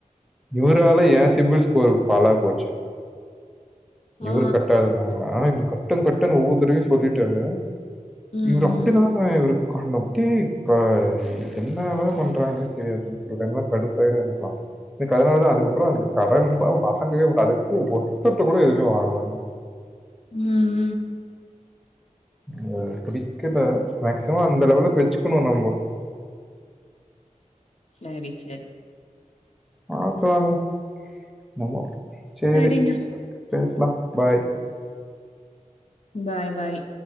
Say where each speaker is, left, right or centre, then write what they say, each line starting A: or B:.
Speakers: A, in the centre; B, on the left.
A: இவரால ஏன் சிபிள் ஸ்கோர் பாலா போச்சு இவரு
B: ஆ.
A: கட்டாதுன்னால இவருங் கட்டுங் கட்டுன்னு ஒவ்வொரு தடவையூ சொல்லிட்டாரு
B: ம், ம்,
A: இவரு அப்டிதாங்க இவரு காண்டம் டிஃப்க்க என்னதா பண்றாங்கன்னே தெரியாதுங்க சில டைம்லா கடுப்பாயிடும் எனக்கல்லா எனக்கு அதனால தா அதுக்கப்றோ இந்த கடன்லா வாங்கவே கூடாது அதுக்கு ஒர்த்தர்ட்ட கூட எதுமே வாங்கல
B: உம்
A: ம் புடிக்கல மேக்சிமம் அந்த லெவலுக்கு வச்சுக்கணு நம்போ
B: ஸ்லேரி சேரி
A: பாக்கலாங்க நம்மோ சேரி
B: சரிங்க.
A: பேசலா பாய்
B: பாய் பாய்